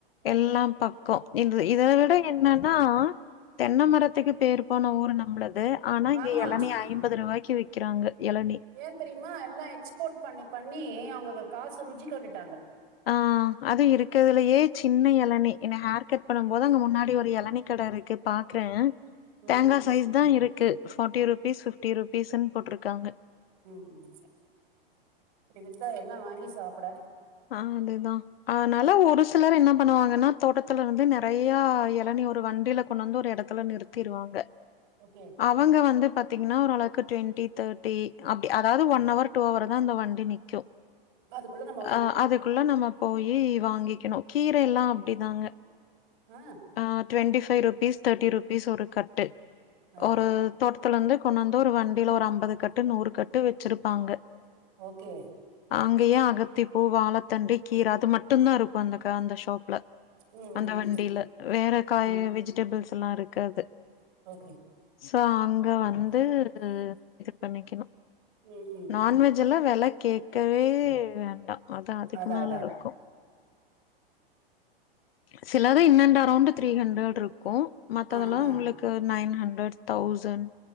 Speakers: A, on the left; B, on the right.
A: எல்லாம் பக்கோ இந்த இத
B: ம்.
A: விட என்னன்னா தென்மரத்துக்கு பேரு போன ஊரு நம்மளது ஆனா இங்க
B: ஆமா
A: எளநீ ஐம்பது ரூபாய்க்கு விக்கிறாங்க எளநீ
B: ஏ தெரிமா எல்லா எக்ஸ்போர்ட் பண்ணி பண்ணி அவுங்க காசு ருஜி கண்டுட்டாங்க
A: ஆ அது இருக்கறதுலேயே சின்ன இளநீ என்ன ஹேர் கட் பண்ணும் போது அங்க முன்னாடி ஒரு இளநீ கட இருக்கு பாக்ற
B: ம்
A: தேங்கா சைஸ் தா இருக்கு ஃபார்ட்டி ருபீஸ் ஃபிப்டி ருபீஸ்ன் போட்டிருக்காங்க
B: ம் இப்டி வித்தா என்ன வாங்கி சாப்ட
A: அ அதுதா அதனால ஒரு சிலர் என்ன பண்ணுவாங்கன்னா தோட்டத்துல இருந்து நெறைய எளநீ ஒரு வண்டில கொண்னு வந்து ஒரு எடத் த்துல நிறுத்திருவாங்க
B: ஓகே
A: அவுங்க வந்து பாத்தீங்னா ஒரளவுக்கு டூவென்டி தேர்ட்டி அப்டி அதாது ஒன் ஹவர் டூ ஹவர் தா அந்த வண்டி நிக்கோ
B: அதுகுள்ள நாம்ம
A: அ அதுகுள்ள நம்ம போயி வாங்கிக்கணு கீர எல்லா அப்டிதாங்க
B: ஆ
A: ஆ twenty five rupees thirty rupees ஒரு கட்டு
B: ஆ
A: ஒரு தோட்டத்துலந்து கொண்னு வந்து ஒரு வண்டில ஒரு அம்பது கட்டு நூறு கட்டு வெச்சிருப்பாங்க
B: ஓகே
A: அங்கேயு அகத்தி பூ வாழத்தண்டு கீர அது மட் மட்டோ தா இருக்கோ அந்த ஷாப்ல
B: ம்
A: அந்த
B: ம்
A: வண்டில வேற காயி
B: ம்
A: வெஜி டேபிள்ஸ்லா இருக்காது
B: ஓகே
A: சோ அங்க வந்து இது இது பண்ணிக்கணோ
B: ம் ம்
A: நான்வெஜ் எல்லா வேள கேக்கவே வேண்டா அது அதுக்கு
B: அதான்
A: மேல
B: அதான்
A: இருக்கோ
B: அதான்
A: சிலது in and round three hundred இருக்கு மத்ததெல்லா
B: ஆ ஆ
A: உங்களுக் கு நைன் ஹண்டரட் தௌசண்